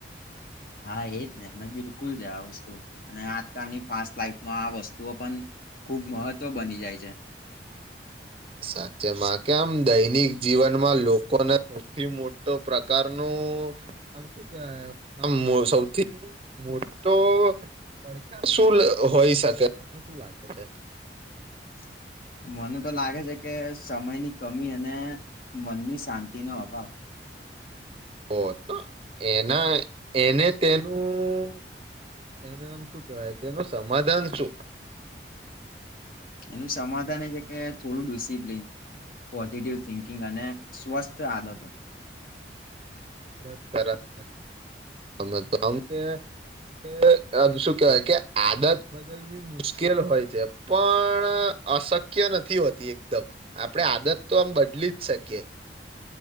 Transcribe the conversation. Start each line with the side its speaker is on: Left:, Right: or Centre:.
Left: હા, એજ ને બિલકુલ છે આ વસ્તુ અને આજકાલની ફાસ્ટ લાઈટમાં આ વસ્તુઓ પણ ખૂબ મહત્વ બની જાય છે,
Right: સાચેમાં કે આમ દૈનિક જીવનમાં લોકોને સૌથી મોટો પ્રકારનું આમ શું કય આમ સૌથી મો તો પડકાર શું હોય શકે તમને શું લાગે છે,
Left: <unintelligible> મને તો લાગે છે, કે સમયની કમી અને મનની શાંતિનોો અભાવ
Right: ઓ તો એના એને તેનું એનામ શું કહેવાય તેનું સમાધાન શું?
Left: એનું સમાધાન એ છે કે થોડું ડિસિપ્લિન પોઝિટિવ થિંકિંગ અને સ્વસ્થ આદતો
Right: બસ સરસ વામે તો આ કે કે શું કેહેવાય કે આદત બદલવી મુશ્કેલ હોય છે, પણ અશક્ય નથી હોતી એકદમ આપણેે આદત તો આમ બદલી જ શકીએ,